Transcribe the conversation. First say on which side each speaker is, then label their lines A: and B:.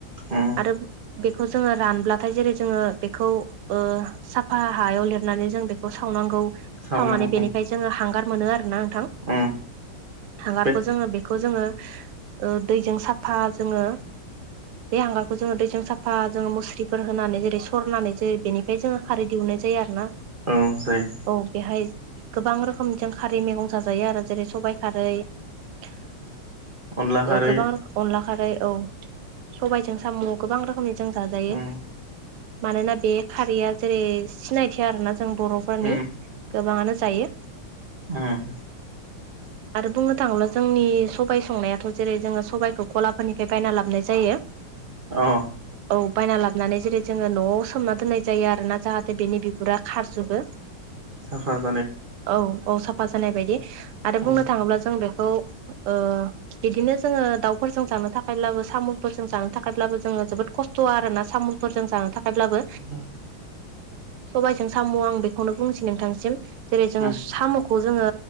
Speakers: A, on the right; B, on the right.
A: उम
B: आरो बेख खौ जोङो रानब्लाथाय जेरै जोङो बेखौ ओ साफा हायाव लिरनानै जों बेखौ सावनांगौ।
A: सावनां
B: बेनिफाय जोङो हांगार मोनो आरोना थां
A: उम
B: हांगारखौ
A: बे
B: जोङो बेखौ जोङो ओ दैजों साफा जोङो बे हांगारखौ जोङो दैजों साफा जोङो मुस्रिफोर होनानै जेरै सरनानै जेरै बेनिफाय जोङो खारै दिहुन नाय जायो आरोना
A: औ जायो
B: औ बेहाय गोबां रोखोमजों खारै मेगं जाजायो आरो जेरै सबाइ खारै <inaudible>
A: अनला खारै
B: ओ गोबां अनला खारै औ। सबाइजों साम' गोबां रोखोमनि जों जाजायो।
A: उम
B: मानोना बे खारैया जेरै सिनायथि आरोना जों बर'फोरनि
A: उम
B: गोबाङानो जायो
A: उम
B: <inaudible> आरो बुंनो थाङोब्ला जोंनि सबाइ संनायाथ' जेरै जोङो सबाइखौ ग'लाफोरनिफाय बायना लाबोनाय जायो। <inaudible>
A: अ
B: औ बायना लाब नानै जेरै जोङो न'आव सोमना दोननाय जायो आरोना जाहाथे बेनि बिगुरा खारजोबो।
A: <unintelligible>
B: औ औ साफा जानाय बायदि आरो बुंनो
A: उम
B: थाङोब्ला जों बेखौ ओ बिदिनो जोङो दाउफोरजों जानो थाखायब्लाबो साम'सफोरजों जानो थाखायब्लाबो जोङो जोबोद खस्थ' आरोना साम'फोर जों जानो थाख खायब्लाबो
A: उम
B: सबाइजों साम' आं बेखौनो बुंनोसै नोंथांनिसिम। जेरै जोङो
A: उम
B: साम' खौ जोङो